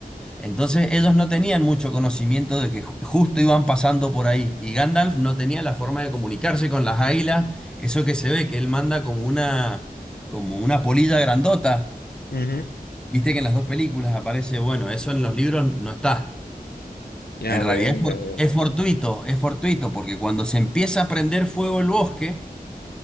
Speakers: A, in the centre; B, on the left (about 85°).
A: Entonces ellos no tenían mucho conocimiento de que ju- justo iban pasando por ahí y Gandalf no tenía la forma de comunicarse con las águilas, eso que se ve que él manda como una como una polilla grandota,
B: Ujú.
A: viste que en las dos películas aparece, bueno, eso en los libros no está.
B: Ya
A: En realidad
B: veo,
A: es,
B: ya
A: for-
B: veo,
A: es fortuito, es fortuito porque cuando se empieza a prender fuego el bosque,